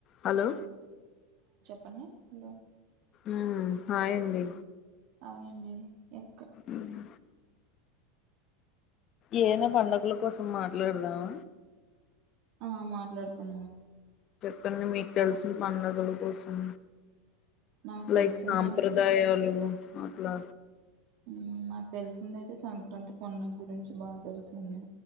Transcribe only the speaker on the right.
పనా hello
hi అండి ఎక్క
ఆ మాట్లాడుకుందాం
నాకు
తెలిసిందయితే
మ్ నాకు తెలిసింది అయితే సంక్రాంతి పండుగ్ గురించి బా తెలుసండి